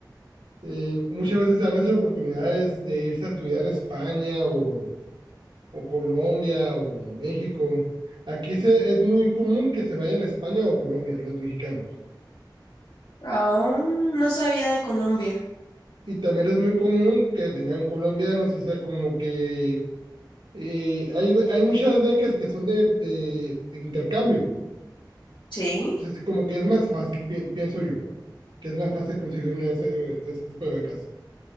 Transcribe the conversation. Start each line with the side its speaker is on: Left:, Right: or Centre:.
Right: Eh, muchas veces se dan esas oportunidades de irse a estudiar a España o, o Colombia o México. Aquí se, es muy común que se vayan a España o Colombia, los mexicanos.
Left: aún no sabía de Colombia.
Right: Y también es muy común que vengan colombianos, o sea, como que eh, hay, be- hay muchas becas que son de, de, de intercambio.
Left: Sí.
Right: Entonces, como que es más fácil, pi- pienso yo, que es más fácil conseguir una de ese, de ese tipo de becas.